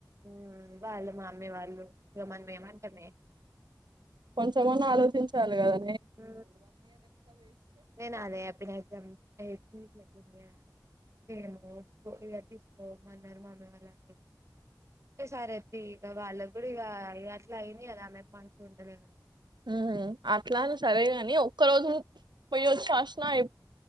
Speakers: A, on the right (about 40°); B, on the right (about 80°).
A: ఉమ్ వాళ్ళు మా అమ్మీ వాళ్ళు మనం ఎమంటామే
B: కొంచెమన్నా ఆలోచించాలి కదా
A: ఉ నేను అదే చెప్పిన <unintelligible> ఏది లేకున్నా నేను ఇలా తీసుకోమన్నారు మా నానాళ్ళు సార్ ఎప్పి ఇక వాళ్ళకు కూడా ఇక అట్లా అయినాయి కదా ఆమెకు మనసు ఉండదేమో
B: ఉ అట్లాని సరేగాని ఒక్క రోజు పోయ్యచ్చి రాసిన అయి